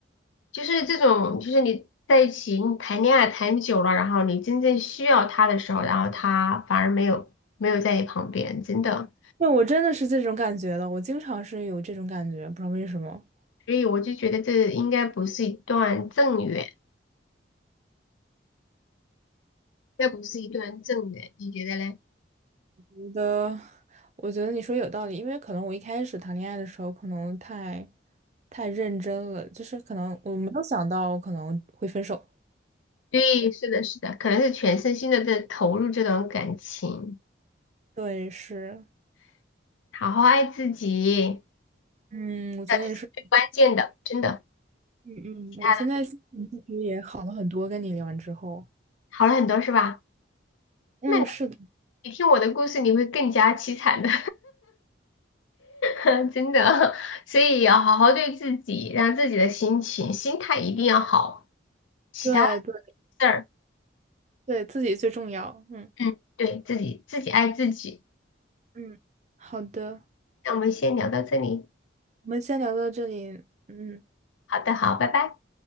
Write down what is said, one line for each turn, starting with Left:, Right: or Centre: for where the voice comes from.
Left: 就是这种，就是你在一起你谈恋爱谈久了，然后你真正需要他的时候，然后他反而没有没有在你旁边，真的，
Right: 对，我真的是这种感觉的，我经常是有这种感觉，不知道为什么。
Left: 所以我就觉得这应该不是一段正缘，应该不是一段正缘，你觉得嘞？
Right: 觉得，我觉得你说有道理，因为可能我一开始谈恋爱的时候，可能太太认真了，就是可能我没有想到可能会分手。
Left: 对，是的，是的，可能是全身心的在投入这段感情，
Right: 对，是，
Left: 好好爱自己。
Right: 嗯，我觉得你是，
Left: 的，这是最关键的，真的，
Right: 嗯嗯。
Left: 其他的
Right: 我现在心情其实也好了很多，跟你聊完之后。
Left: 好了很多是吧？
Right: 嗯，
Left: 那
Right: 是的，
Left: 你听我的故事，你会更加凄惨的，<laughs> 真的。所以要好好对自己，让自己的心情、心态一定要好，其他的
Right: 对对
Left: 事儿，
Right: 对，自己最重要。嗯
Left: 嗯，对，自己自己爱自己。
Right: 嗯，好的，
Left: 那我们先聊到这里，
Right: 我们先聊到这里，嗯，
Left: 好的，好，拜拜。